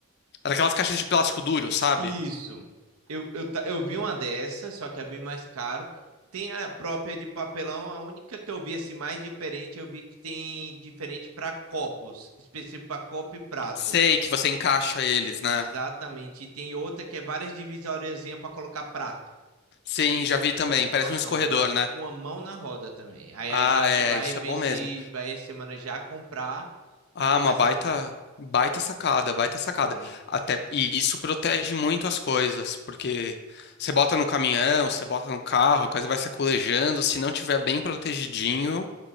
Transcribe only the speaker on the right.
Isso. Eu, eu, ta- eu vi uma dessa, só que é bem mais caro. Tem a própria de papelão, a única que eu vi assim mais diferente, eu vi que tem diferente para copos, específico para copo e prato.
Exatamente.
E tem outra que é várias divisóriazinhas para colocar prato.
Nossa,
uma mão,
uma mão na roda também. Aí
a gente
vai
ver
se
vai essa semana já comprar para
começar
a mudança.
Muito